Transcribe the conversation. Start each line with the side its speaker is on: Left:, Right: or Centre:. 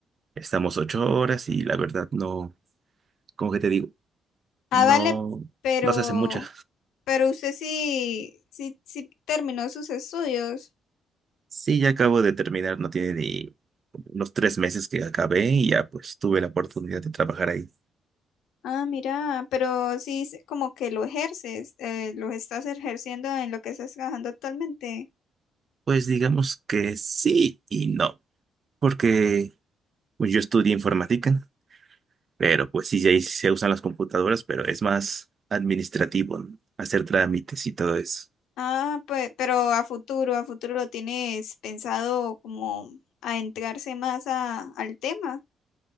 Right: estamos ocho horas y la verdad no, como que te digo,
Left: Ah,
Right: no,
Left: vale, pero,
Right: no se hace mucha.
Left: pero usted sí, sí, sí terminó sus estudios.
Right: Sí, ya acabo de terminar, no tiene ni unos tres meses que acabé y ya pues tuve la oportunidad de trabajar ahí.
Left: Ah, mira, pero sí es como que lo ejerces, eh, lo estás ejerciendo en lo que estás trabajando actualmente.
Right: Pues digamos que sí y no, porque pues, yo estudié informática. Pero pues sí, ahí sí se usan las computadoras, pero es más administrativo, ¿no? Hacer trámites y todo eso.
Left: Ah, pues, pero a futuro, a futuro lo tienes pensado como adentrarse más a, al tema.